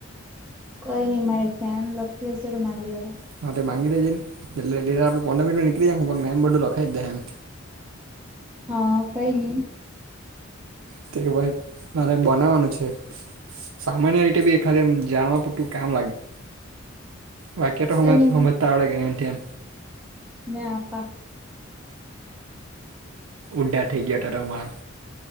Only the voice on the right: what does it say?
હા તે ગી લેજેને એટ આપડ પંદર મિનટો નીકળીાય હું પણ મે એમ બધું લખી દયા એમ.
ત કે ભાઈ મારે બનાવવાનું છે. સામાન્ય રીતે બી એખાદ જાણવા પૂટું કામ લાગ્યું. બાકી તો સમય
સમય તળ લાગે એમ થમ.
ઉડા થઇ ગયા ત માળ.